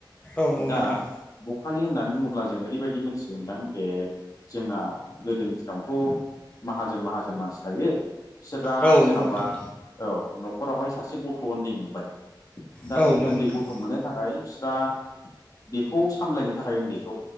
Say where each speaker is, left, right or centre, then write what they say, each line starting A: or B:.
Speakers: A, on the left (about 15°); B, on the left (about 45°).
A: औ नंगौ नोंथां
B: दा बखालि होननानै होननानै बुङोब्ला जों ओरैबायदि मोनथिगोनदां बे जोंना गोदोनि दिनावथ माहाजोन माहाजोन मानसि थायो बिसोरा
A: औ नंगौ
B: जेनबा
A: नोंथां
B: औ नखरावहाय सासे गथ उन्दै मोनबाय दा
A: औ
B: बे
A: नंगौ
B: उन्दै
A: नोंथां
B: गथ मोननो थाखाय दा बेखौ सामलायनो थाखाय उन्दैखौ